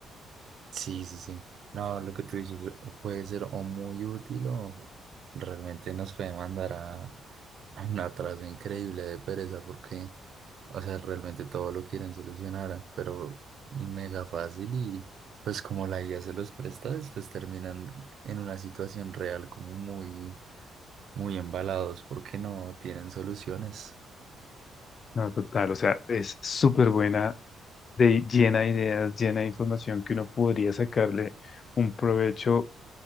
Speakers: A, on the right (about 65°); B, on the left (about 45°).
A: Sí, sí, sí. No, lo que tú dices o puede ser o muy útil o realmente nos puede mandar a, a un atraso increíble de pereza porque, o sea, realmente todo lo quieren solucionar, pero mega fácil y pues como la IA se los presta, pues terminan en una situación real como muy, muy embalados porque no tienen soluciones.
B: No, total, o sea, es súper buena, de, llena de ideas, llena de información que uno podría sacarle un provecho